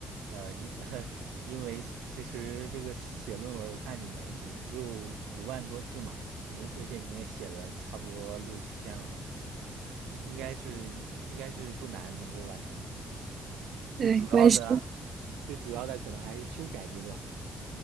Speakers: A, on the right (about 90°); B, on the right (about 50°).
A: 呃，因 <laughs> 因为其实这个写论文，我看你们也就一万多字嘛，你而且你也写了差不多六七千了，应该是应该是不难能够完成的。最主要的啊，
B: 对，我也是。
A: 最主要的可能还是修改阶段。